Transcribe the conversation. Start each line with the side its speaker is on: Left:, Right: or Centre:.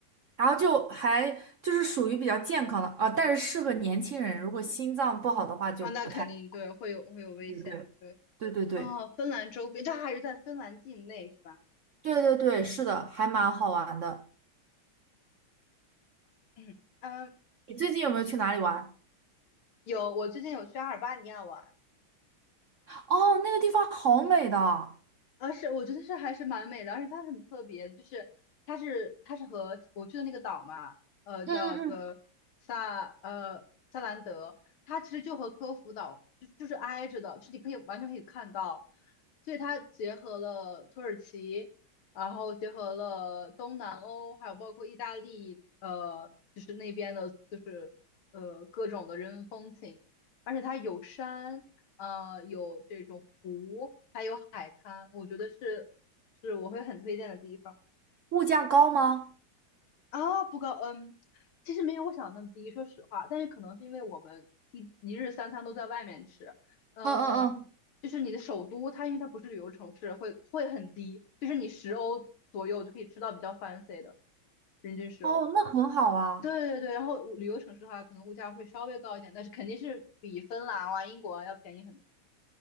Right: 然后就还就是属于比较健康的啊，但是适合年轻人，如果心脏不好的话就不太，
Left: 啊，那肯定对，会有会有危险，
Right: 对对
Left: 对，
Right: 对对对
Left: 哦，芬兰周边，这还是在芬兰境内是吧？
Right: 对对对对，是的，还蛮好玩的。
Left: 嗯嗯，
Right: 你最近有没有去哪里玩？
Left: 有，我最近有去阿尔巴尼亚玩，
Right: 哦，那个地方好美的，
Left: 啊，是，我觉得是还是蛮美的，而且它很特别，就是它是它是和我去的那个岛嘛，呃，
Right: 嗯嗯嗯
Left: 叫这个萨呃萨兰德，它其实就和科孚岛就就是挨着的，就你可以完全可以看到，所以它结合了土耳其，然后结合了东南欧，还有包括意大利，呃，就是那边的，就是呃各种的人文风情，而且它有山。呃，有这种湖，还有海滩，我觉得是是我会很推荐的地方
Right: 物价高吗？
Left: 啊。不高，嗯，其实没有我想的那么低，说实话，但是可能是因为我们一一日三餐都在外面吃，呃，
Right: 嗯嗯嗯，
Left: 就是你的首都，它因为它不是旅游城市，会会很低，就是你十欧左右就可以吃到比较 fancy 的，人均十欧。
Right: 哦，那很好啊。
Left: 对对对，然后旅游城市的话，可能物价会稍微高一点，但是肯定是比芬兰啊、英国啊要便宜很多。